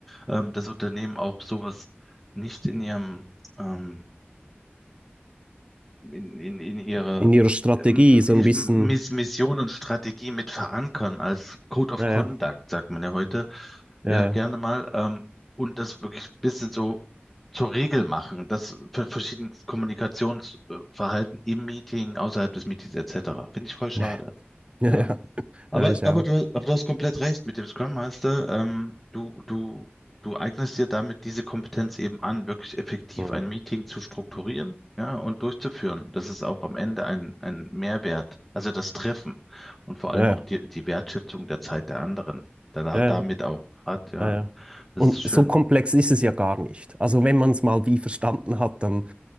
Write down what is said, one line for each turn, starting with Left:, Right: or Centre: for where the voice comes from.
Centre: ähm, dass Unternehmen auch sowas nicht in ihrem ähm, in, in, in ihre
Right: In ihrer Strategie
Centre: ähm,
Right: so ein bisschen,
Centre: Miss- Mission und Strategie mit verankern als Code of
Right: ja,
Centre: Conduct,
Right: ja,
Centre: sagt man ja heute, Ja,
Right: ja,
Centre: gerne mal. Ähm, und das wirklich ein bisschen so zur Regel machen, das für verschiedenes Kommunikationsverhalten im Meeting, außerhalb des Meetings etc. Finde ich voll schade.
Right: ja, <laughs> ja,
Centre: Ja.
Right: ja,
Centre: Aber,
Right: ja, ich
Centre: aber
Right: auch.
Centre: du, aber du hast komplett recht mit dem Scrum Master. Ähm, du, du, du eignest dir damit diese Kompetenz eben an, wirklich effektiv
Right: Mhm.
Centre: ein Meeting zu strukturieren, ja, und durchzuführen. Das ist auch am Ende ein, ein Mehrwert. Also das Treffen und vor
Right: Ja,
Centre: allem
Right: ja,
Centre: auch die, die Wertschätzung der Zeit der anderen, da, da
Right: ja,
Centre: damit auch hat, ja.
Right: ja, ja.
Centre: Das
Right: Und
Centre: ist schön.
Right: so komplex ist es ja gar nicht. Also wenn man es mal wie verstanden hat, dann